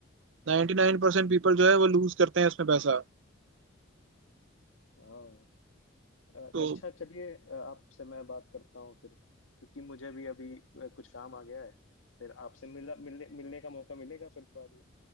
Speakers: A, on the right; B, on the left.
A: ninety nine percent people जो है वो लूज करते हैं इसमें पैसा
B: हाँ अ,
A: तो
B: अच्छा चलिए अ, आपसे मैं बात करता हूँ फिर क्योंकि मुझे भी अभी अ, कुछ काम आ गया है फिर आपसे मिला मिलने मिलने का मौका मिलेगा फिर बाद में